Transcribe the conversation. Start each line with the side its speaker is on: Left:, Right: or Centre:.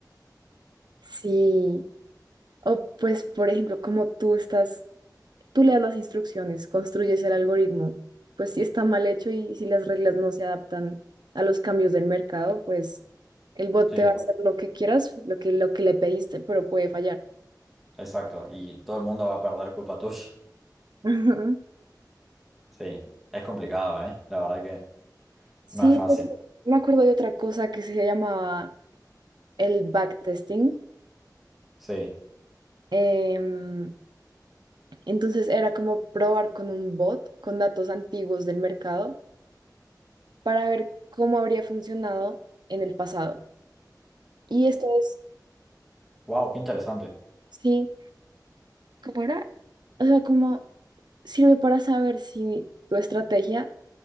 Right: Sí. O pues, por ejemplo, como tú estás tú le das las instrucciones, construyes el algoritmo, pues si está mal hecho y si las reglas no se adaptan a los cambios del mercado, pues el bot
Centre: Sí,
Right: te va a hacer lo que quieras, lo que, lo que le pediste, pero puede fallar.
Centre: exacto. Y todo el mundo va a perder culpa tuya.
Right: <laughs> Ujú.
Centre: Sí, es complicado, ¿eh? La verdad que
Right: Sí,
Centre: no es fácil.
Right: de- me acuerdo de otra cosa que se llamaba el backtesting.
Centre: Sí.
Right: Em, entonces era como probar con un bot, con datos antiguos del mercado, para ver cómo habría funcionado en el pasado. Y esto es,
Centre: Wow, qué interesante.
Right: sí, ¿cómo era? O sea, como sirve para saber si tu estrategia